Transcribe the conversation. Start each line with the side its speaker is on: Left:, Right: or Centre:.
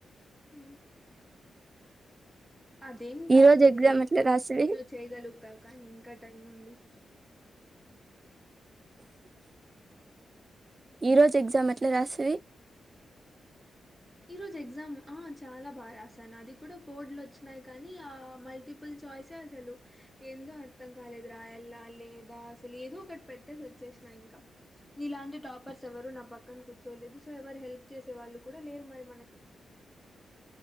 Centre: మ్ అదేం కాదు
Right: ఈ రోజు
Centre: లే
Right: ఎగ్జామ్ ఎట్లా రాసివి
Centre: నువ్వు చేయగలుగుతావు కానీ ఇంకా టైం ఉంది
Right: ఈ రోజు ఎగ్జామ్ ఎట్లా రాస్తది
Centre: ఈ రోజు ఎగ్జామ్ ఆ చాలా బాగా రాశాను అది కూడా కోడ్లు వచ్చినాయి కానీ ఆ మల్టిపుల్ చాయిసే అసలు ఏందో అర్థం కాలేదు రాయల్లా లేదా అసలు ఏదో ఒకటి పెట్టేసి వచ్చేసినా ఇంకా నీలాంటి టాపర్స్ ఎవరు నా పక్కన కూర్చోలేదు సో ఎవరు హెల్ప్ చేసే వాళ్ళు కూడా లేరు మరి మనకి